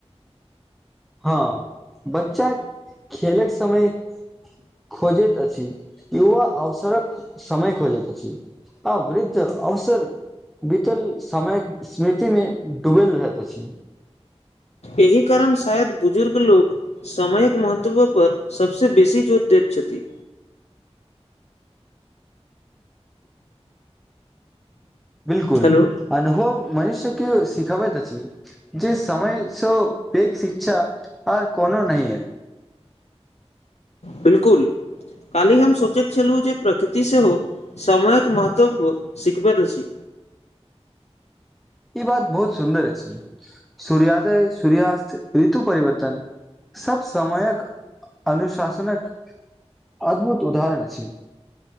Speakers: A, in the centre; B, on the left.
A: हँ बच्चा खेलक समय खोजैत अछि युवा अवसरक समय खोजेत अछि आ वृद्ध अवसर बीतल समयक स्मृतिमे डूबल रहैत अछि
B: एहि कारण शायद बुजुर्ग लोक समयक महत्व पर सबसे बेसी जोत दैत छथि।
A: बिल्कुल
B: हेलो
A: अनुभव मनुष्यके सिखबैत अछि जे समयसँ पैघ शिक्षा आओर कोनो नही अय
B: बिल्कुल। काल्हि हम सोचैत छेलु जे प्रकृति सेहो समयक महत्व सिखबैत अछि।
A: ई बात बहुत सुन्दर अछि सूर्यादय सूर्यास्त ऋतु परिवर्तन सब समयक अनुशासनक अद्भुत उदाहरण अछि